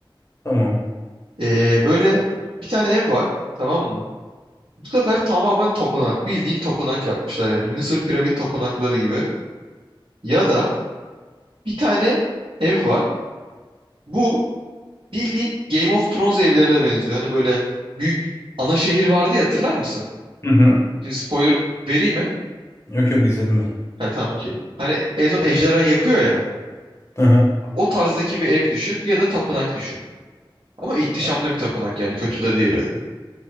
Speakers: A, on the left; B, on the right.
A: Tamam.
B: Ee, böyle bir tane ev var tamam mı? Bu sefer tamamen tapınak bildiğin tapınak yapmışlar yani Mısır piramit tapınakları gibi. Ya da bir tane ev var bu bildiğin Game of Thrones evlerine de benziyor. Hani böyle büyük ana şehir vardı ya hatırlar mısın?
A: Hı hı.
B: Şimdi spoiler vereyim mi?
A: Yok yok izledim ben.
B: Ha tamam okey. Hani en son ejderha yakıyor ya.
A: Hı hı.
B: O tarzdaki bir ev düşün ya da tapınak düşün. Ama ihtişamlı
A: Hop.
B: bir tapınak yani kötü de değil öyle.